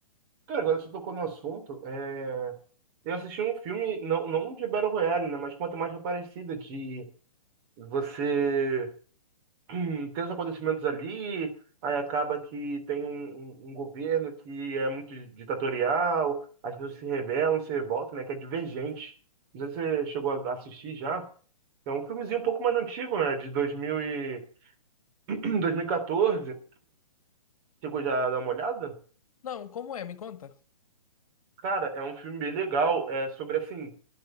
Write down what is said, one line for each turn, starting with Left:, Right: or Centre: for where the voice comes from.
Right: Cara, agora você tocou no assunto. é, Eu assisti um filme, não, não de Battle Royale, né? Mas com uma temática parecida, de você hum, ter os acontecimentos ali, aí acaba que tem um, um, um governo que é muito ditatorial, as pessoas se rebelam, se revoltam, né? Que é Divergente. Não sei se você chegou a assistir já. É um filmezinho um pouco mais antigo, né? De 2000 e... <clears throat> 2014. Chegou já a dar uma olhada?
Left: Não, como é, me conta?
Right: Cara, é um filme bem legal. É sobre assim,